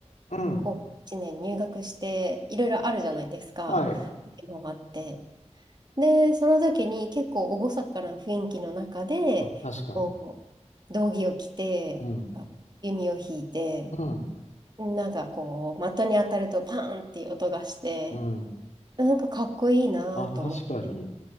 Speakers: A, on the left (about 80°); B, on the right (about 35°).
A: うん。
B: こう、1年入学して、いろいろあるじゃないですか。
A: はい。
B: 回って。で、その時に結構厳かな雰囲気の中で、
A: あ、確かに。
B: こう、道着を着て、
A: うん。
B: あ弓を引いて、
A: うん。
B: なんかこう、的に当たるとパーンっていう音がして、
A: うん。
B: なんかかっこいいなと思って。
A: あ、確かに。